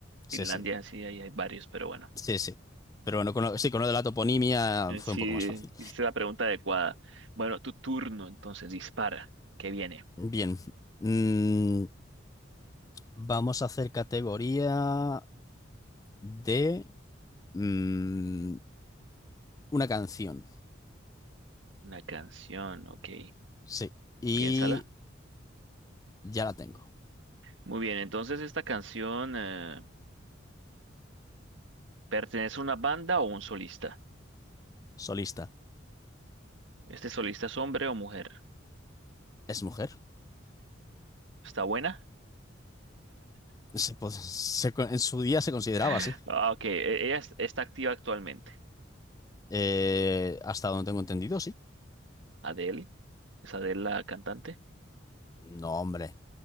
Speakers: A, on the left; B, on the right.
A: sí,
B: Finlandia,
A: sí,
B: sí, ahí hay varios, pero bueno.
A: sí, sí. Pero bueno, con lo, sí, con lo de la toponimia
B: Eh,
A: fue
B: Sí,
A: un poco más fácil.
B: hiciste la pregunta adecuada. Bueno, tu turno, entonces, dispara. ¿Qué viene?
A: Bien, mm, vamos a hacer categoría de mm, una canción,
B: Una canción, ok.
A: sí. Y
B: Piénsala.
A: ya la tengo.
B: Muy bien, entonces, ¿esta canción eh, pertenece a una banda o un solista?
A: Solista.
B: ¿Este solista es hombre o mujer?
A: ¿Es mujer?
B: ¿Está buena?
A: Se po- se co- en su día se consideraba
B: <laughs>
A: así.
B: Ah, ok. e- Ella es- está activa actualmente.
A: Eh, hasta donde tengo entendido, sí.
B: ¿Adele? ¿Es Adele la cantante?
A: No, hombre.